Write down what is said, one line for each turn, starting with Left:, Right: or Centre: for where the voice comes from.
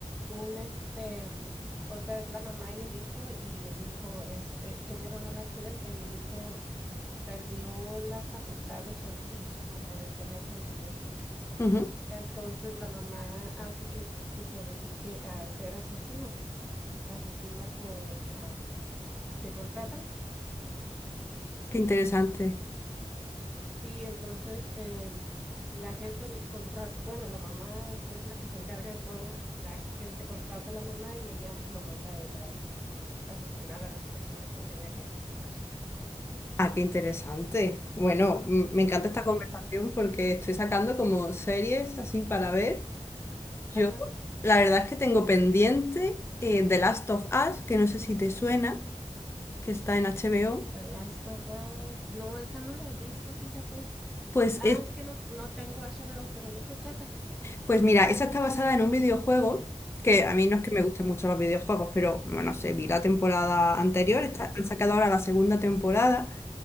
Centre: un este... em, O sea, es la mamá y el hijo, y el hijo este, eh, tuvieron un accidente y el hijo perdió la facultad de sentir, como de tener sentimientos.
Left: Ujú.
Centre: Entonces la mamá hace que, que se dedique a ser asesino, asesino por am, que contratan.
Left: Qué interesante.
Centre: Sí, entonces em, la gente l- contrata, bueno, la mamá es la que se encarga de todo, la gente contrata a la mamá y ella lo manda a él a, a asesinar a las personas que tenga que asesinar.
Left: Ah, qué interesante. Bueno, m- me encanta
Centre: Y,
Left: esta conversación porque estoy sacando como series así para ver. Yo,
Centre: ajá,
Left: la verdad es que tengo pendiente eh, The Last of Us, que no sé si te suena, que está en HBO.
Centre: The Last of Us, no, esa no la he visto, fíjate.
Left: Pues
Centre: Ah,
Left: es
Centre: es que no, no tengo HBO, pero ¿de qué trata?
Left: Pues mira, esa está basada en un videojuego, que a mí no
Centre: Ujú,
Left: es que me gusten mucho los videojuegos, pero bueno, no sé, vi la temporada anterior, está-
Centre: <laughs>
Left: han sacado ahora la segunda temporada